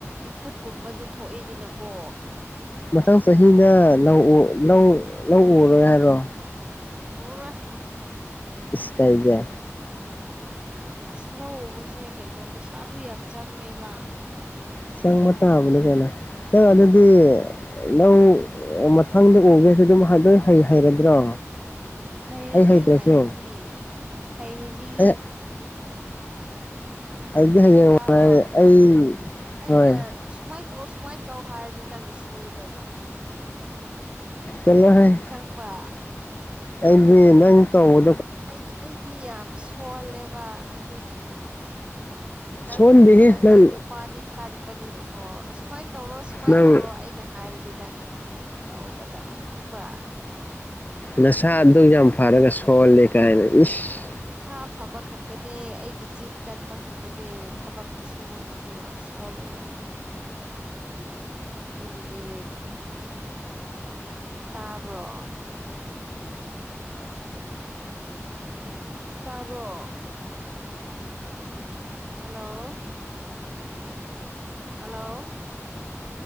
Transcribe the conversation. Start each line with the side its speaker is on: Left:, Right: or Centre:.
Right: ꯏꯐꯨꯠꯀꯨꯝꯕꯗꯣ ꯊꯣꯛꯏꯗꯅꯀꯣ
Left: ꯃꯊꯪ ꯆꯍꯤꯅ
Right: ꯄꯣꯠ ꯍꯥꯏꯕ꯭ꯔꯥ
Left: ꯂꯧ ꯂꯧ ꯂꯧ ꯎꯔꯣꯏ ꯍꯥꯏꯔꯣ
Right: ꯑꯣꯔ
Left: ꯏꯁꯄꯥꯏꯖꯔ
Right: ꯑꯁ ꯂꯧ ꯎꯕꯁꯦ ꯀꯩꯅꯣ ꯄꯩꯁꯥꯁꯨ ꯌꯥꯝ ꯆꯪꯉꯦꯕ
Left: ꯁꯪꯃ ꯇ ꯍꯥꯕꯂ ꯀꯅ ꯑꯗꯨ ꯑꯗꯨꯗꯤ ꯂꯧ ꯃꯊꯪꯗ ꯎꯒꯦꯁꯨ ꯑꯗꯨꯝ ꯂꯣꯏ ꯍꯩ ꯍꯩꯔꯗ꯭ꯔꯣ
Right: ꯍꯥꯏꯩꯔꯅꯤ
Left: ꯑꯩ ꯍꯩꯇ꯭ꯔꯁꯨ
Right: ꯍꯥꯏꯩꯔꯅꯤ ꯍꯥꯏꯩꯔꯅꯤ
Left: ꯑꯦ ꯑꯗꯨꯗꯤ ꯍꯌꯦꯌꯦꯡ
Right: ꯇꯥꯕ꯭ꯔꯣ
Left: ꯅꯨꯡꯉꯥꯏꯦ ꯑꯩ
Right: ꯑꯩꯅ
Left: ꯍꯣꯏ
Right: ꯁꯨꯃꯥꯏꯅ ꯇꯧ ꯁꯨꯃꯥꯏꯅ ꯇꯧ ꯍꯥꯏꯔꯗꯤ ꯅꯪꯅ ꯁꯨꯒꯗꯕ
Left: ꯆꯂꯣ ꯍꯥꯏꯦ
Right: ꯈꯪꯕ
Left: ꯑꯗꯤ ꯅꯪꯣ
Right: ꯑꯩꯗꯤ ꯑꯩꯗꯤ ꯌꯥꯝ ꯁꯣꯜꯂꯦꯕ ꯑꯗꯨꯒꯤ ꯅꯪꯅ
Left: ꯁꯣꯟꯗꯦꯍꯦ
Right: ꯅꯪꯗꯤ
Left: ꯅꯪ
Right: ꯅꯨꯄꯥꯅꯤ ꯀꯟꯕꯅꯤꯅꯀꯣ ꯑꯁꯨꯃꯥꯏꯅ ꯇꯧꯔ ꯁꯨꯃꯥꯏꯅ
Left: ꯅꯪ
Right: ꯇꯧꯔꯣ ꯑꯩꯅ ꯉꯥꯏꯔꯗꯤ ꯅꯪꯅ ꯇꯧꯒꯗꯕ ꯈꯪꯕ꯭ꯔꯥ
Left: ꯅꯁꯥ ꯑꯗꯨ ꯌꯥꯝ ꯐꯔꯒ ꯁꯣꯜꯂꯦ ꯀꯥꯏꯅ ꯏꯁ
Right: ꯏꯁꯥ ꯐꯕ ꯈꯛꯇꯅꯦ ꯑꯩꯒꯤ ꯆꯤꯡ ꯀꯟꯕ ꯈꯛꯇꯅꯦ ꯊꯕꯛꯇꯤ ꯁꯨꯕ ꯉꯝꯗꯦ ꯌꯥꯝ ꯁ ꯍꯣ ꯂꯩꯦꯕ ꯑꯗꯨꯒꯤꯗꯤ ꯇꯥꯕ꯭ꯔꯣ ꯇꯥꯕ꯭ꯔꯣ ꯍꯜꯂꯣ ꯍꯜꯂꯣ